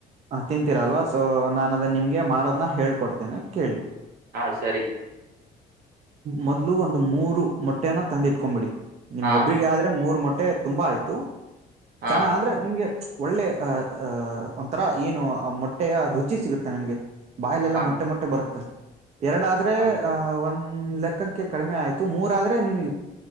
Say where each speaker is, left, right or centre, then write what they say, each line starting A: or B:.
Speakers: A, on the right (about 40°); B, on the right (about 65°).
A: ಹ ತಿಂತೀರಲ್ವಾ ಸೊ ನಾನು ಅದನ್ನ ನಿಮಗೆ ಮಾಡೋದನ್ನ ಹೇಳ್ಕೊಡ್ತೇನೆ ಕೇಳಿ.
B: ಹಾ ಸರಿ.
A: ಮೊದ್ಲು ಒಂದು ಮೂರು ಮೊಟ್ಟೆಯನ ತಂದಿಟ್ಕೊಂಬಿಡಿ. ನಿಮ್ಮ್
B: ಹಾ
A: ಒಬ್ರಿಗೆ ಆದ್ರೆ ಮೂರ್ ಮೊಟ್ಟೆ ತುಂಬಾ ಆಯ್ತು
B: ಹಾ
A: ಚನ್ನ ಅಂದ್ರೆ ನಿಮ್ಗೆ. ಒಳ್ಳೆ ಅಹಹ ಒಂಥರಾ ಏನು ಮೊಟ್ಟೆಯ ರುಚಿ ಸಿಗುತ್ತೆ ನಿಮ್ಗೆ. ಬಾಯಲೆಲ್ಲ
B: ಹಂಗ
A: ಮೊಟ್ಟೆ ಮೊಟ್ಟೆ ಬರುತ್ತೆ. ಎರಡಾದ್ರೆ
B: ಹಂಗ್
A: ಅಹ ಒಂದ್ ಲೆಕ್ಕಕ್ಕೆ ಕಡಿಮೆ ಆಯ್ತು ಮೂರ ಆದ್ರೆ ನಿಮಗೆಗ್